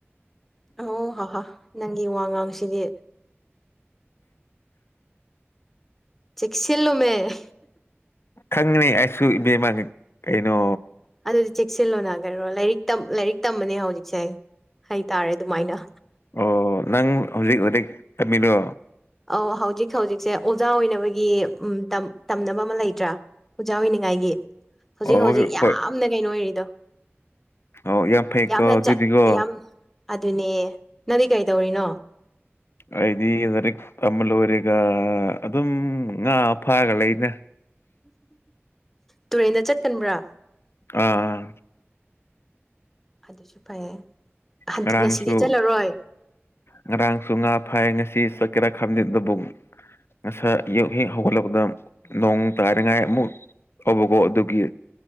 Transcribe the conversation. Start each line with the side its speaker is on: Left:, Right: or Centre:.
Centre: ꯑꯣ ꯍꯥ ꯍꯥ ꯅꯪꯒꯤ ꯋꯥꯉꯥꯡꯁꯤꯗꯤ ꯆꯦꯛꯁꯤꯜꯂꯣꯃꯤ <unintelligible>
Left: ꯈꯪꯉꯦꯃꯤ ꯑꯩꯁꯨ ꯏꯕꯦꯝꯃꯒꯤ ꯀꯩꯅꯣ
Centre: ꯑꯗꯨꯗꯤ ꯆꯦꯛꯁꯤꯜꯂꯣꯅ ꯀꯔꯤꯔꯣ ꯂꯥꯏꯔꯤꯛ ꯇꯝ ꯂꯥꯏꯔꯤꯛ ꯇꯝꯕꯅꯦ ꯍꯧꯖꯤꯛꯁꯦ ꯍꯥꯏꯇꯥꯔꯦ ꯑꯗꯨꯃꯥꯏꯅ
Left: ꯑꯣ ꯅꯪ ꯍꯧꯖꯤꯛ ꯍꯨꯗꯤꯛ ꯇꯝꯕꯤꯗꯣ
Centre: ꯑꯥꯎ ꯍꯧꯖꯤꯛ ꯍꯧꯖꯤꯛꯁꯦ ꯑꯣꯖꯥ ꯑꯣꯏꯅꯕꯒꯤ ꯎꯝ ꯇꯝ ꯇꯝꯅꯕ ꯑꯃ ꯂꯩꯇ꯭ꯔꯥ ꯑꯣꯖꯥ ꯑꯣꯏꯅꯤꯡꯉꯥꯏꯒꯤ ꯍꯧꯖꯤꯛ
Left: ꯑꯣ
Centre: ꯍꯧꯖꯤꯛ
Left: ꯍꯣꯏ
Centre: ꯌꯥꯝꯅ
Left: ꯍꯣꯏ
Centre: ꯀꯩꯅꯣ ꯑꯣꯏꯔꯤꯗꯣ
Left: ꯑꯣ ꯌꯥꯝ ꯐꯩꯀꯣ
Centre: ꯌꯥꯝꯅ
Left: ꯑꯗꯨꯗꯤꯀꯣ
Centre: ꯆꯠ ꯌꯥꯝ ꯑꯗꯨꯅꯦ ꯅꯪꯗꯤ ꯀꯔꯤꯗꯧꯔꯤꯅꯣ
Left: ꯑꯩꯗꯤ ꯂꯥꯏꯔꯤꯛ ꯇꯝꯕ ꯂꯣꯏꯔꯦꯒ ꯑꯗꯨꯝ ꯉꯥ ꯐꯥꯔꯒ ꯂꯩꯏꯅ
Centre: ꯇꯨꯔꯦꯟꯗ ꯆꯠꯀꯟꯕ꯭ꯔꯥ
Left: ꯑꯥ
Centre: ꯑꯗꯨꯁꯨ ꯐꯩꯌꯦ
Left: ꯉꯔꯥꯡꯁꯨ
Centre: ꯉꯁꯤꯗꯤ ꯆꯠꯂꯔꯣꯏ
Left: ꯉꯔꯥꯡꯁꯨ ꯉꯥ ꯐꯥꯏ ꯉꯁꯤ ꯆꯠꯀꯦꯔ ꯈꯡꯗꯦ ꯑꯗꯨꯕꯨ ꯉꯁꯥꯏ ꯌꯨꯛ ꯍꯦꯛ ꯍꯧꯒꯠꯂꯛꯄꯗ ꯅꯣꯡ ꯇꯥꯔꯤꯉꯥꯏ ꯑꯃꯨꯛ ꯑꯕꯀꯣ ꯑꯗꯨꯒꯤ